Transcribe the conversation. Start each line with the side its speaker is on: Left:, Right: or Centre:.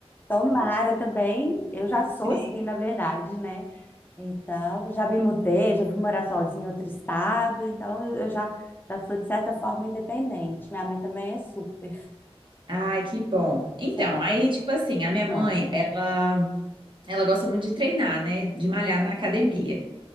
Left: tomara também. Eu já sou
Right: <laughs> Sim.
Left: assim, na verdade, né? Então, já me mudei, já fui morar sozinha em outro estado, então eu eu já, já sou, de certa forma, independente. Minha mãe também é super.
Right: Ai, que bom. Então,
Left: Você-
Right: aí, tipo assim, a minha mãe,
Left: ah.
Right: ela, ela gosta muito de treinar, né? De malhar na academia.